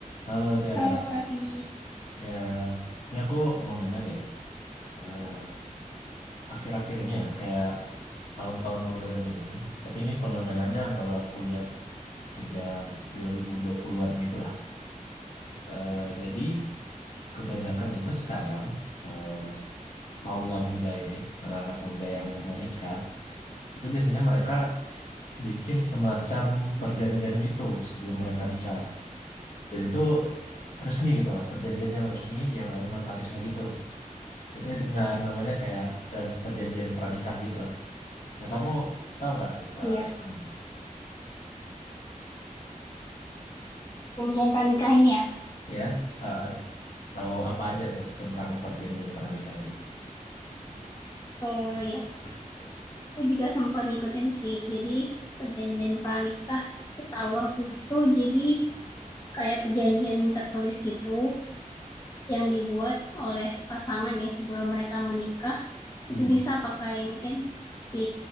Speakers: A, on the left (about 60°); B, on the left (about 25°).
A: Halo Tiara,
B: Kalau Raffi,
A: ya ini aku mau nanya deh, eh, akhir-akhir ini ya kayak tahun-tahun modern ini, tapi ini fenomenanya baru aku lihat sejak 2020-an gitu lah. Eh, jadi kebanyakan itu sekarang eh, kaula muda ini, anak-anak muda yang mau nikah, itu biasanya mereka bikin semacam perjanjian gitu sebelum mereka nikah. Dan itu eh, resmi gitu lah, perjanjian yang resmi yang ada notarisnya gitu. Itu nah, namanya kayak peran- perjanjian pranikah gitu lah. Nah, kamu tahu nggak eh,
B: iya,
A: tentang
B: perjanjian pranikah ini ya.
A: ya eh, ad- tahu apa aja tuh tentang perjanjian pranikah ini?
B: Eh ya, aku juga sempat ngikutin sih. Jadi perjanjian pranikah setahu aku itu jadi kayak perjanjian tertulis gitu yang dibuat oleh pasangan ya sebelum mereka menikah.
A: Hmm.
B: Itu bisa pakai mungkin di